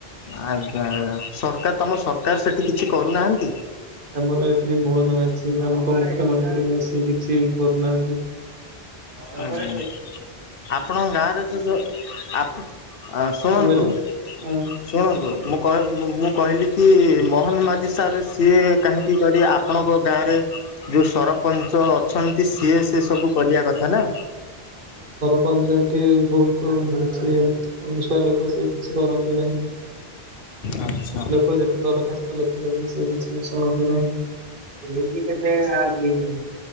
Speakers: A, on the left; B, on the right.
A: ଆଜ୍ଞା ଆଜ୍ଞା ସରକାର ତମ ସରକାର ସେଠି କିଛି କରୁନାହାନ୍ତି?
B: ଆମର ଏଠି ମୋହନ ମାଝୀ ନାମକ ମୁଖ୍ୟମନ୍ତ୍ରୀ ସିଏ ବି କିଛି କରୁନାହାଁନ୍ତି। ମ କଣ
A: ଆଜ୍ଞା ଆପଣଙ୍କ ଗାଁରେ ସେ ଯୋଉ ଆପ ଆ ଶୁଣନ୍ତୁ
B: କହିଲେ? ହଁ <inaudible>
A: ଶୁଣନ୍ତୁ ମୁଁ କ ମୁଁ କହିଲି କି ମୋହନ ମାଝି ସାର୍ ସିଏ କାହିଁ କି କରି ଆପଣଙ୍କ ଗାଁରେ ଯୋଉ ସର ସରପଞ୍ଚ ଅଛନ୍ତି ସିଏ ସେ ସବୁ କରିବା କଥା ନା।
B: ପଞ୍ଚାୟତି ବହୁତ ମିଲୁଚି ଅଳସୁଆ ଲୋକ ସେ କିଛି କରନ୍ତି ନାହିଁ।
A: ଆଚ୍ଛା
B: ଲୋକ ଯେତେ ଦରଖାସ ତ ଲେଖିଲେ ବି ସେ କିଛି ଶୁଣନ୍ତି ନାହିଁ।